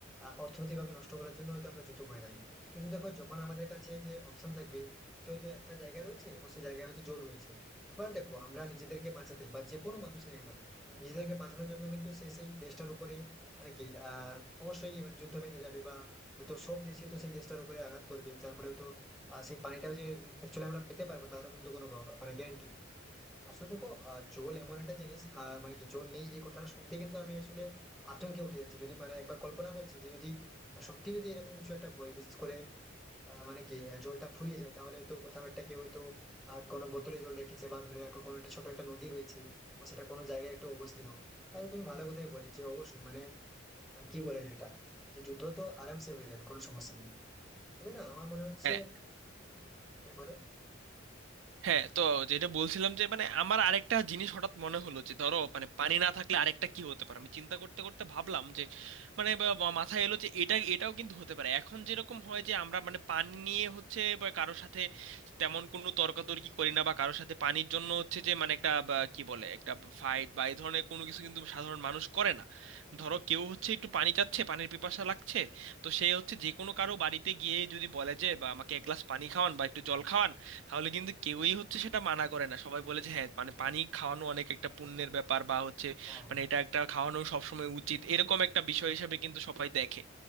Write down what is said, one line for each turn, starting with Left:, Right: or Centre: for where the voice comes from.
Centre: আহ, অর্থনৈতিকভাবে নষ্ট করার জন্য হয়তো আমরা যুদ্ধ করে থাকি কিন্তু দেখো যখন আমাদের কাছে যে অপশন থাকবে যে হয়তো একটা জায়গা রয়েছে এবং সেই জায়গায় হয়তো জল রয়েছে এবার দেখো আমরা নিজেদেরকে বাঁচাতে বা যে কোনো মানুষ নেই কেন নিজেদেরকে বাঁচানোর জন্য কিন্তু সে সেই দেশটার উপরে মানে কি আহ অবশ্যই মানে যুদ্ধ বেঁধে যাবে বা হয়তো সব দেশই তো সেই দেশটার উপরে আঘাত করবে যার ফলে হয়তো আর সেই পানিটাও যে অ্যাকচুয়ালি আমরা পেতে পারবো তারও কিন্তু কোনো গ- মানে গ্যারান্টি নেই আসলে দেখো আহ, জল এমন একটা জিনিস আহ, মানে কি জল নেই এই কথাটা শুনতে কিন্তু আমি আসলে আতঙ্কে উঠে যাচ্ছি যদি মানে একবার কল্পনা করছি যে যদি আহ, সত্যি যদি এরকম কিছু একটা হয় বিশেষ করে আহ, মানে কি আহ, জলটা ফুরিয়ে যায় তাহলে তো কোথাও একটা কেউ হয়তো আহ, কোনো বোতলে জল রেখেছে বা ধরে রাখো কোনো একটা ছোট একটা নদী রয়েছে বা সেটা কোনো জায়গায় একটু অবস্থিত তাহলে তুমি ভালো কথাই বললে যে অবশ্যই মানে আহ, কি বলে যেটা যে যুদ্ধ তো আরামসে হয়ে যাবে কোনো সমস্যা নেই তবে না আমার মনে হচ্ছে
Right: হ্যাঁ
Centre: হ্যাঁ বলো
Right: হ্যাঁ তো যেটা বলছিলাম যে মানে আমার আরেকটা জিনিস হঠাৎ মনে হলো যে ধরো মানে পানি না থাকলে আরেকটা কি হতে পারে আমি চিন্তা করতে করতে ভাবলাম যে মানে বা- বা মাথায় এলো যে এটা এটাও কিন্তু হতে পারে এখন যেরকম হয় যে আমরা মানে পানি নিয়ে হচ্ছে বা কারোর সাথে তেমন কোনো তর্কাতর্কি করি না বা কারোর সাথে পানির জন্য হচ্ছে যে মানে একটা বা কি বলে একটা ফাইট বা এই ধরনের কোনো কিছু কিন্তু সাধারণ মানুষ করে না ধরো কেউ হচ্ছে একটু পানি চাচ্ছে পানির পিপাসা লাগছে তো সে হচ্ছে যে কোনো কারো বাড়িতে গিয়ে যদি বলে যে বা আমাকে এক গ্লাস পানি খাওয়ান বা একটু জল খাওয়ান তাহলে কিন্তু কেউই হচ্ছে সেটা মানা করে না সবাই বলে যে হ্যাঁ মানে পানি খাওয়ানো অনেক একটা পুণ্যের ব্যাপার বা হচ্ছে
Centre: হ্যাঁ
Right: মানে এটা একটা খাওয়ানো সবসময় উচিত এরকম একটা বিষয় হিসেবে কিন্তু সবাই দেখে